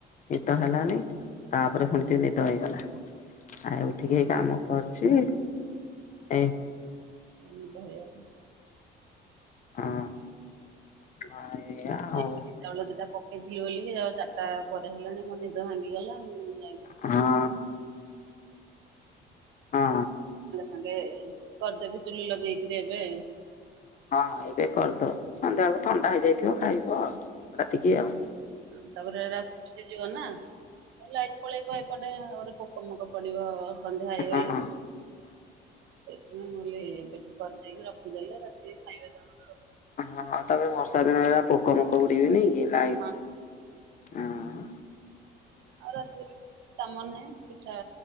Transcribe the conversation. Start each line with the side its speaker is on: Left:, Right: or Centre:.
Left: ନିଦ ହେଲାନି ତାପରେ ପୁଣି ଟିକେ ନିଦ ହେଇଗଲା। ଆଉ ଉଠିକି ହେଇ କାମ କରୁଛି ଏ
Right: ଏ ନିଦ ହେଇଆ।
Left: ଅ ହଁ ଏଇଆ
Right: ନାଇଁ
Left: ଆଉ।
Right: ବିରି ଚାଉଳ ଦିଟା ପକେଇଥିଲି ବୋଲିକି ଆଉ ଚାରିଟା ପରେ ହେଲାଣି ମୋ ନିଦ ଭାଙ୍ଗିଗଲା ମୁଁ <unintelligible> ସାଙ୍ଗେ
Left: ହଁ ହଁ
Right: ସାଙ୍ଗେ କରିଦେବି ଚୁଲି ଲଗେଇକିରି ଏବେ।
Left: ହଁ ଏବେ କରଦବୁ ସନ୍ଧ୍ୟାବେଳକୁ ଥଣ୍ଡା ହେଇଯାଇଥିବ ଖାଇବ ଆଉ। ରାତିକି ଆଉ
Right: ହଁ ତାପରେ ଏରା ସିଯିବ ନା ହେଲାଇ ପଳେଇବ ଏପଟେ ଆ ପୋକ ମୋକ ପଡିବ ସନ୍ଧ୍ୟା ହେଇଗଲେ।
Left: ହଁ ହଁ
Right: ସେଥିପାଇଁ ବୋଲେ ଏବେଠୁ କରିଦେଇକି ରଖିଦେଲେ ରାତିକି ଖାଇବେ ତାଙ୍କର।
Left: ହଁ ତାପରେ ବର୍ଷା ଦିନ ହେଲା ପୋକ ଫୋକ ଉଡିବେନି କି ଲାଇଟ୍
Right: ହଁ।
Left: ଅ ହଁ।
Right: ଆଉ ରାତିରେ କିଛି କାମ ନାହିଁ ପିଠା